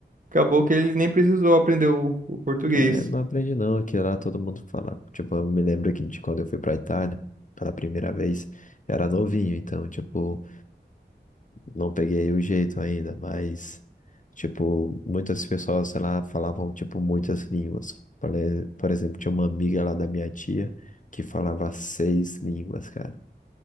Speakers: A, on the right; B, on the left.
A: Acabou que ele nem precisou aprender o, o português.
B: é, não aprendi não, que lá todo mundo fala. Tipo, eu me lembro que de quando eu fui pra Itália pela primeira vez, eu era novinho, então, tipo. não peguei o jeito ainda, mas, tipo, muitas pessoas, sei lá, falavam, tipo, muitas línguas. Por e- por exemplo, tinha uma amiga lá da minha tia que falava seis línguas, cara.